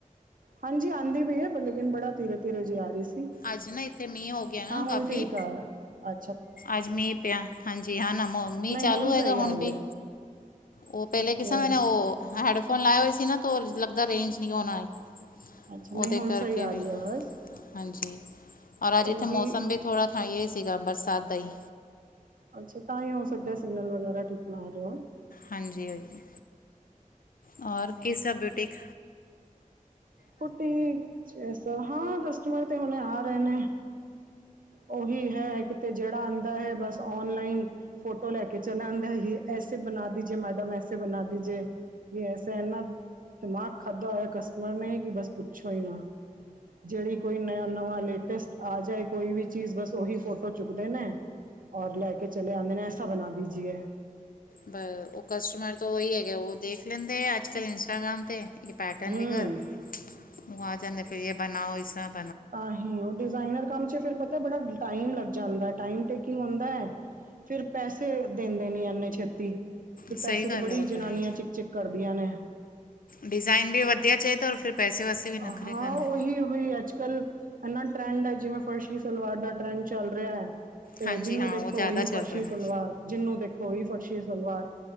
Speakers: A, on the right; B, on the left.
A: ਹਾਂਜੀ ਆਂਦੀ ਪਈ ਹੈ ਪਰ ਲੇਕਿਨ ਬੜਾ ਧੀਰੇ ਧੀਰੇ ਜੇ ਆ ਰਹੀ ਸੀ
B: ਅੱਜ ਨਾ ਇੱਥੇ ਮੀਂਹ ਹੋ ਗਿਆ ਨਾ
A: ਹਾਂ ਹੁਣ
B: ਕਾਫੀ
A: ਠੀਕ ਆ ਆ
B: ਅੱਜ, ਮੀਂਹ ਪਿਆ ਹਾਂਜੀ, ਹਾਂ ਮੀਂਹ
A: ਨਹੀਂ
B: ਚਾਲੂ ਹੈਗਾ
A: ਸਹੀ
B: ਹੁਣ
A: ਆ ਰਹੀ
B: ਵੀ।
A: ਹੈ
B: ਉਹ ਪਹਿਲੇ
A: ਓਕੇ
B: ਕਿਸੇ, ਮੈਂ ਉਹ ਹੈੇਡਫੋਨ ਲਾਇਆ ਹੋਏ ਸੀ ਨਾ। ਲੱਗਦਾ ਰੇਂਜ ਨੀ ਹੋਣਾ।
A: ਅੱਛਾ ਨਹੀਂ
B: ਉਹਦੇ
A: ਹੁਣ
B: ਕਰਕੇ
A: ਸਹੀ ਆ
B: ਵੀ
A: ਰਹੀ ਹੈ ਆਵਾਜ਼
B: ਹਾਂਜੀ, ਔਰ ਅੱਜ ਇੱਥੇ
A: ਉਹੀ
B: ਮੌਸਮ ਵੀ ਥੋੜ੍ਹਾ ਹਾਂ, ਇਹ ਸੀਗਾ ਬਰਸਾਤ ਦਾ ਹੀ।
A: ਅੱਛਾ, ਤਾਂਹੀ ਹੋ ਸਕਦਾ ਸਿਗਨਲ ਵਗੈਰਾ ਠੀਕ ਨਾ ਆ ਰਹੇ ਹੋ।
B: ਹਾਂਜੀ-ਹਾਂਜੀ, ਹੋਰ ਕਿਸ ਤਰਹ ਬੁਟਿਕ
A: ਬੁਟੀਕ ਜਸਾ ਹਾਂ ਕਸਟਮਰ ਤੇ ਹੁਣੇ ਆ ਰਹੇ ਨੇ। ਓਹੀ ਹੈ ਇਕ ਤੇ ਜਿਹੜਾ ਆਂਦਾ ਹੈ ਬਸ ਓਨਲਾਈਨ ਫੋਟੋ ਲੈ ਕੇ ਚਲਾ ਆਂਦਾ ਹੈ ਐਸੇ ਬਣਾ ਦੀਜੇ ਮੈਡਮ, ਐਸੇ ਬਣਾ ਦੀਜੇ ਐਸਾ, ਇਨਾ ਦਿਮਾਗ ਖਾਧਾ ਹੋਇਆ ਕਸਟਮਰ ਨੇ ਕਿ ਬਸ ਪੁੱਛੋ ਹੀ ਨਾ, ਜਿਹੜੀ ਕੋਈ ਨ ਨਵਾਂ ਲੇਟਸਟ ਆ ਜਾਏ ਕੋਈ ਵੀ ਚੀਜ਼ ਬਸ ਉਹੀ ਫੋਟੋ ਚੁੱਕਦੇ ਨੇ ਔਰ ਲੈ ਕੇ ਚਲੇ ਆਂਦੇ ਨੇ ਐਸਾ ਬਣਾ ਦੀਜੀਏ।
B: ਬਸ, ਉਹ ਕਸਟਮਰ ਤਾਂ ਉਹੀ ਹੈਗਾ, ਉਹ ਦੇਖ ਲੈਂਦੇ ਆ ਅੱਜ-ਕੱਲ ਇੰਸਟਾਗ੍ਰਾਮ ਤੇ। ਕੀ ਪੈਟਰਨ
A: ਹੂੰ
B: ਲੇਕਰ ਉਹ ਆ ਜਾਂਦੇ ਫਿਰ ਇਹ ਬਣਾਓ ਇਹ ਸਭ
A: ਆਹੀ ਉਹ ਡਿਜ਼ਾਇਨਰ ਕੰਮ ਚ ਫਿਰ ਪਤ ਬੜਾ ਟਾਈਮ ਲੱਗ ਜਾਂਦਾ, ਟਾਈਮ ਟੇਕਿੰਗ ਹੁੰਦਾ ਹੈ ਫਿਰ ਪੈਸੇ ਦਿੰਦੇ ਨਹੀਂ ਇਨੇ ਛੇਤੀ। ਫਿਰ
B: ਸਹੀ
A: ਪੈਸੇ ਤੇ
B: ਗੱਲ
A: ਬੜੀ
B: ਹੈ ਉਹ
A: ਜਨਾਨੀਆਂ
B: ਤਾਂ ਹੈ
A: ਚਿੱਕ- ਚਿੱਕ ਕਰਦੇ ਰਦੀਆਂ ਨੇ
B: ਡਿਜ਼ਾਇਨ ਵੀ ਵਧੀਆ ਚਾਹੀਦਾ ਔਰ ਫਿਰ ਪੈਸੇ ਵਾਸਤੇ ਵੀ ਨਖਰੇ
A: ਹਾਂ,
B: ਕਰਨੇ
A: ਉਹੀ- ਉਹੀ ਅੱਜ ਅੱਜ-ਕੱਲ ਇਨਾ ਟਰੈਂਡ ਹੈ ਜਿਵੇਂ ਫਰਸ਼ੀ ਸਲਵਾਰ ਦਾ ਟਰੈਂਡ ਚੱਲ ਰਿਹਾ ਹੈ। ਤੇ
B: ਹਾਂਜੀ
A: ਜਿਹਨੂੰ
B: ਹਾਂ
A: ਦੇਖੋ,
B: ਉਹ ਜ਼ਿਆਦਾ
A: ਉਹੀ
B: ਚੱਲ
A: ਫੜਸ਼ੀ
B: ਰਿਹਾ
A: ਸਲਵਾਰ ਜਿਹਨੂੰ ਦੇਖੋ ਹੋਈ ਫਰਸ਼ੀ ਸਲਵਾਰ।